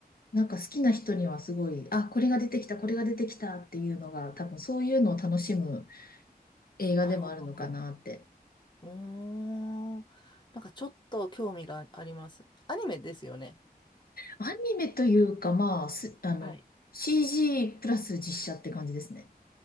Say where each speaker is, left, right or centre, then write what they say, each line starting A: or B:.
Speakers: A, on the left; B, on the left.
A: なんか好きな人にはすごい、あ、これが出てきた、これが出てきたっていうのが、多分そういうのを楽しむ映画でもあるのかなって。
B: なるほど。うーん。なんかちょっと興味があります。アニメですよね。
A: アニメというか、まあ、す、あの、
B: はい。
A: CG プラス実写って感じですね。